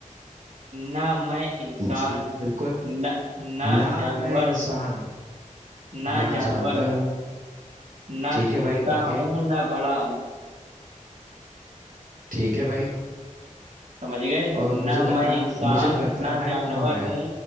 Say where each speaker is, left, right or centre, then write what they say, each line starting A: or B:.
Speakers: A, on the right (about 60°); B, on the right (about 85°).
A: ना मैं इंसान
B: पूछो भाई बिल्कुल
A: ना ना
B: ना
A: जानवर
B: मैं इंसान
A: हूँ ना
B: ना
A: जानवर
B: जानवर
A: हूँ
B: हूँ
A: ना
B: ठीक
A: छोटा
B: है भाई
A: हूँ
B: आगे
A: ना बड़ा हूँ
B: ठीक है भाई
A: समझ गए
B: और
A: ना
B: मुझे बता
A: मैं इंसान
B: मुझे बताना
A: ना जानवर
B: है कौन है
A: हूँ